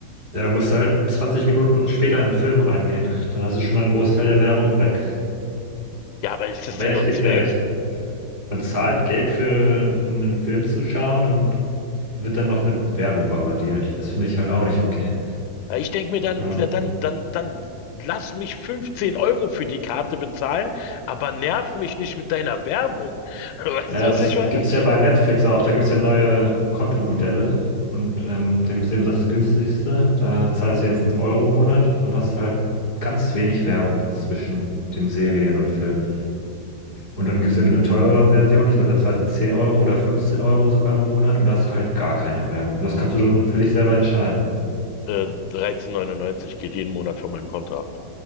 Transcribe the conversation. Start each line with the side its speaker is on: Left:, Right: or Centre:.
Right: Da musst du halt 20 Minuten später in den Film reingehen. Dann hast du schon mal einen Großteil der Werbung weg.
Left: Ja, aber ist das
Right: Aber
Left: Sinn
Right: ja, ich
Left: und
Right: gebe
Left: Zweck?
Right: dir recht. Man zahlt Geld für, um einen Film zu schauen und wird dann noch mit Werbung bombardiert. Das finde ich halt auch nicht okay.
Left: Ja, Ich denke mir dann,
Right: Ja.
Left: dann, dann, dann lass mich 15 Euro für die Karte bezahlen, aber nerv mich nicht mit deiner Werbung. <laughs> Weißt
Right: Naja,
Left: du, was
Right: das
Left: ich meine?
Right: gibt es ja bei Netflix auch. Da gibt es ja neue Kontomodelle und ähm, da gibt es eben das günstigste. Da zahlst du eben 5 Euro im Monat und hast halt ganz wenig Werbung zwischen den Serien und Filmen. Und dann gibt es eben eine teurere Version. Ich glaube, da zahlst du 10 Euro oder 15 Euro sogar im Monat und da hast du halt gar keine Werbung. Und das kannst du dann für dich selber entscheiden.
Left: Äh, 13,99 geht jeden Monat von meinem Konto ab.